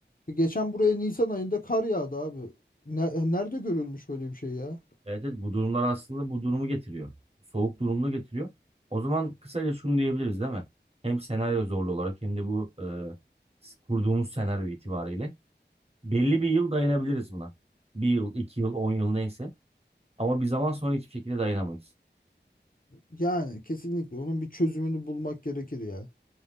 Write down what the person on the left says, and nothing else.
Geçen buraya Nisan ayında kar yağdı abi. Ne- nerede görülmüş böyle bir şey ya?
Yani kesinlikle onun bir çözümünü bulmak gerekir ya.